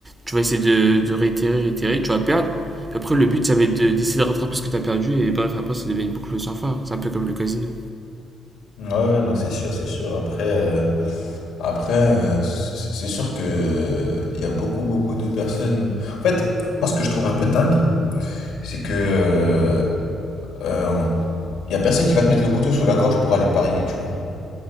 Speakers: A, on the right; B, on the left.
A: tu vas essayer de, de réitérer, réitérer, tu vas perdre. Puis après, le but, ça va être de- d'essayer de, rattraper ce que t'as perdu. Et bref, après, ça devient une boucle sans fin. C'est un peu comme le casino.
B: Ouais, ouais, non, c'est sûr, c'est sûr. Après, euh, après euh, c- c'est sûr que euh, il y a beaucoup, beaucoup de personnes. En fait, moi, ce que je trouve un peu dingue, c'est que euh, euh, y a personne qui va te mettre le couteau sous la gorge pour aller parier, tu vois.